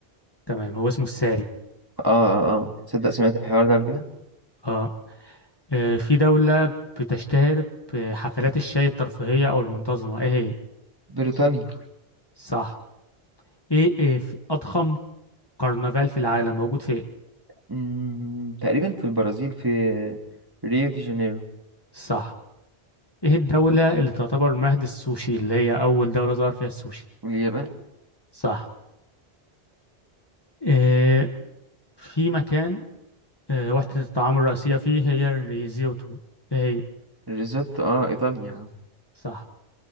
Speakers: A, on the left (about 25°); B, on the right (about 20°).
A: تمام هو اسمه الساري
B: آه آه آه تصدق سمعت الحوار ده قبل كده
A: اه آه، في دولة بتشتهر بحفلات الشاي الترفيهية أو المنتظمة إيه هي؟
B: بريطانيا
A: صح إيه, إيه في أضخم كرنفال في العالم موجود فين؟
B: مم، تقريبا في البرازيل في ريو دي جانيرو
A: صح إيه الدولة اللي تعتبر مهد السوشي اللي هي أول دولة ظهر فيها السوشي؟
B: واليابان
A: صح إيه في مكان إيه وحدة الطعام الرئيسية فيه هي الريزيوتو إيه هي؟
B: الريزوتو اه ايطاليا
A: صح